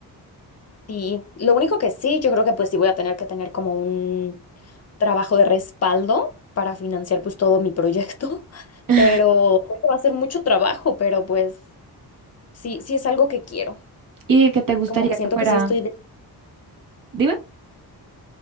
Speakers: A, on the left (about 40°); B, on the right (about 55°).
A: y lo único que sí, yo creo que pues sí voy a tener que tener como un trabajo de respaldo para financiar pues todo mi proyecto, <laughs>
B: <laughs>
A: pero creo que va a ser mucho trabajo, pero pues sí, sí es algo que quiero,
B: ¿Y de qué te gustaría
A: como que siento
B: que fuera?
A: que sí estoy... de-
B: Dime.